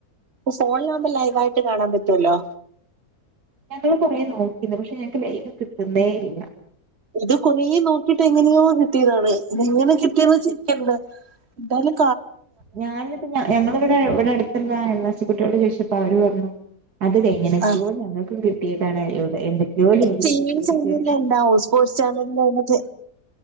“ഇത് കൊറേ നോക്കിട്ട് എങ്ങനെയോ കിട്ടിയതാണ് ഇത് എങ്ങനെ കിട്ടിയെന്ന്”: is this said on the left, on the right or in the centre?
Right